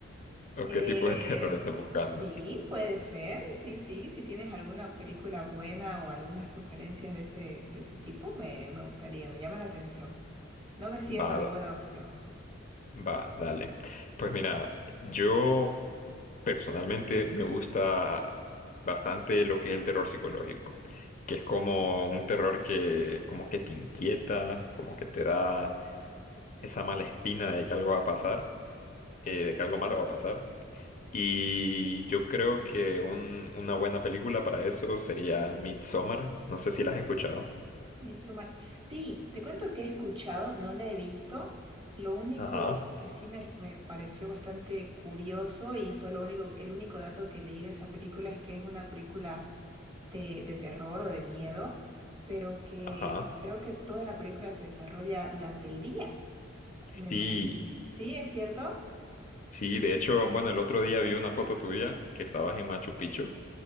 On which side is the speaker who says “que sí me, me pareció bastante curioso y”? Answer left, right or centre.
Right